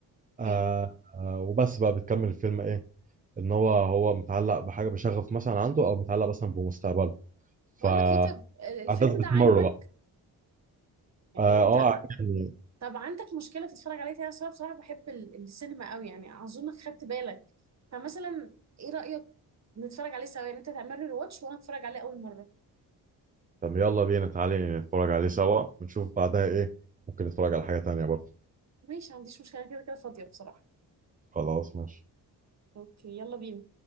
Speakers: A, on the right (about 20°); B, on the right (about 35°).
A: آه
B: اوكي
A: آه وبس بقى بتكمل الفيلم ايه ان هو هو متعلق بحاجة بشغف مثلا عنده او متعلق مثلا بمستقبله
B: بقول
A: فأحداث
B: لك ايه طب الفيلم
A: بتمر
B: ده عاجبك
A: بقى
B: يعني
A: اه
B: انت
A: آه، عجبني
B: طب عندك مشكله تتفرج عليه تاني اصلا بصراحه بحب ال- السينما قوي يعني اظنك خدت بالك فمثلا ايه رايك نتفرج عليه سوا يعني انت تعمل لي واتش وانا اتفرج عليه اول مره
A: طب يلا بينا تعالي نتفرج عليه سوا ونشوف بعدها ايه ممكن نتفرج على حاجة تانية برضه
B: ماشي ما عنديش مشكله أنا كده كده فاضيه بصراحه
A: خلاص ماشي
B: اوكي يلا بينا